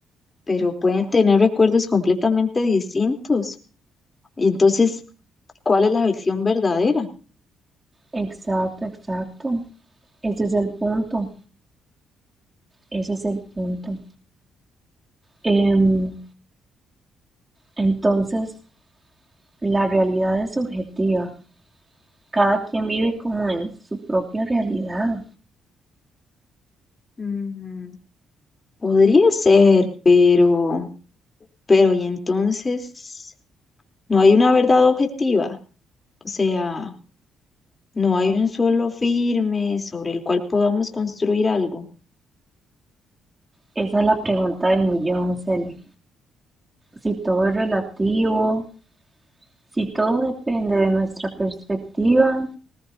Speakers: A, on the left; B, on the right.
A: pero pueden tener recuerdos completamente distintos. Y entonces, ¿cuál es la versión verdadera?
B: Exacto, exacto. Ese es el punto, ese es el punto. Em, entonces, La realidad es subjetiva, cada quien vive como en su propia realidad.
A: Mm, podría ser, pero, pero y entonces, no hay una verdad objetiva. O sea, No hay un suelo firme sobre el cual podamos construir algo.
B: Esa es la pregunta del millón, Cele. Si todo es relativo, si todo depende de nuestra perspectiva,